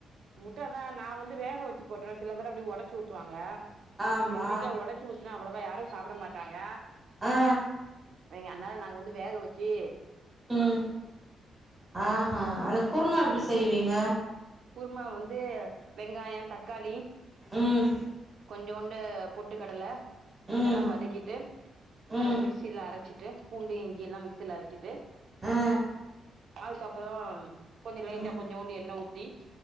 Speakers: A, on the right (about 60°); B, on the right (about 15°).
A: முட்டதா நா வந்து வேக வச்சு போட்ருவ சில பேரு அப்டி உடைச்சு ஊத்துவாங்க
B: ஆமா
A: எங்க வீட்ல உடச்சி ஊத்துனா அவ்வளவா யாரு சாப்பிட மாட்டாங்க
B: ஆ
A: வைங்க அதனால நாங்க வந்து வேக வச்சி
B: ம் ஆஹா அந்த குருமா
A: ம்
B: எப்டி
A: ம்
B: செய்வீங்க
A: குருமா வந்து வெங்காய தக்காளி
B: ம்
A: கொஞ்சோண்டு பொட்டு கடல
B: ம்
A: இதெல்லா வதக்கிட்டு
B: ம்
A: அத மிக்சில அரச்சிட்டு பூண்டு இஞ்சிலா மிக்சில அரச்சிட்டு
B: ஆ
A: தாளிச்ச அப்பறோ கொஞ்ச லைட்டா
B: ம்
A: கொஞ்சோண்டு எண்ண ஊத்தி